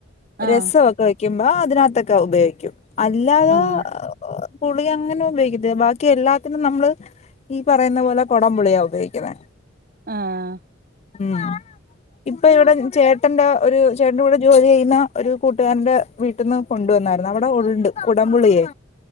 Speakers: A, on the left (about 35°); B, on the right (about 45°).
A: രസംവൊക്കെ
B: ആഹ്
A: വെക്കുമ്പോ അതിനകത്തൊക്കെ ഉപയോഗിക്കും അല്ലാതെ
B: ആഹ്
A: പുളി അങ്ങനെ ഉപയോഗിക്കതില്ല ബാക്കി എല്ലാത്തിനും നമ്മള് ഈ പറയുന്ന പോലെ കുടംപുളിയാ ഉപയോഗിക്കുന്നേ
B: ആഹ്
A: ഉം ഇപ്പൊ ഇവിടെ ചേട്ടന്റെ ഒരു ചേട്ടന്റെ കൂടെ ജോലി ചെയ്യുന്ന ഒരു കൂട്ടുകാരന്റെ വീട്ടിന്ന് കൊണ്ടുവന്നായിരുന്നു അവിടെ ഉണ്ട് കുടം പുളിയെ